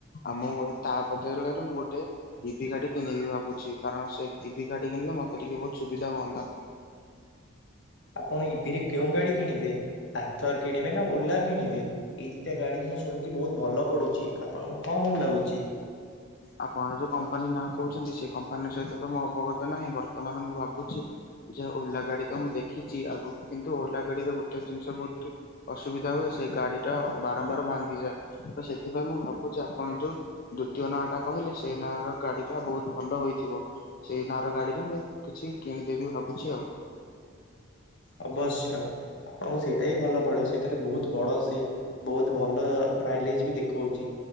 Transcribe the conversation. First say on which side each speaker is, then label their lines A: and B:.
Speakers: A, on the left (about 45°); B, on the left (about 65°).
A: ଆଉ ମୁଁ ତା ବଦଳ ରେ ମୁଁ ଗୋଟେ ଇଭି ଗାଡି କିଣିକି ଭାବୁ କାରଣ ସେ ଇଭି ଗାଡ଼ି କିଣିଲେ ମୋତେ ଟିକେ ବହୁତ ସୁବିଧା ହୁଅନ୍ତା।
B: ଆପଣ ଇଭିରେ କେଉଁ ଗାଡି କିଣିବେ ଆଥର କିଣିବେ ନା ଓଲା କିଣିବେ? ଏଇ ଦିଟା ଗାଡି ମୁଁ ଶୁଣିଚି ବହୁତ ଭଲ ପଡୁଛି ଆପଣଙ୍କୁ କଣ ଭଲ ଲାଗୁଛି?
A: ଆପଣ ଯୋଉ କମ୍ପାନୀ ନାଁ କହୁଛନ୍ତି ସେ କମ୍ପାନୀ ସହିତ ତ ମୁଁ ଅବଗତ ନାହିଁ ବର୍ତ୍ତମାନ ମୁଁ ଭାବୁଚି ଯେ ଓଲା ଗାଡି ତ ମୁଁ ଦେଖିଛି ଆଗକୁ କିନ୍ତୁ ଓଲା ଗାଡିରେ ଗୋଟେ ଜିନିଷ ବହୁତ ଅସୁବିଧା ହୁଏ ସେ ଗାଡି ଟା ବାରମ୍ବାର ଭାଙ୍ଗିଯାଏ, ତ ସେଥିପାଇଁ ମୁଁ ଭାବୁଛି ଆପଣ ଯୋଉ ଦୁ ଦ୍ୱିତୀୟ ନାଁ ଟା କହିଲେ ସେଇ ନାଁ ର ଗାଡି ଟା ବହୁତ ଭଲ ହୋଇଥିବ। ସେଇ ନାଁ ର ଗାଡିରେ ମୁଁ କିଛି କି କିଣିଦେବି ଭାବୁଛି ଆଉ।
B: ଅବଶ୍ୟ ଆପଣଙ୍କୁ ସେଇଟା ହି ଭଲ ପଡିବ ସେଠାରେ ବହୁତ ବଡ ସିଟ ବହୁତ ଭଲ ମାଇଲେଜ ବି ଦେଖଉଛି।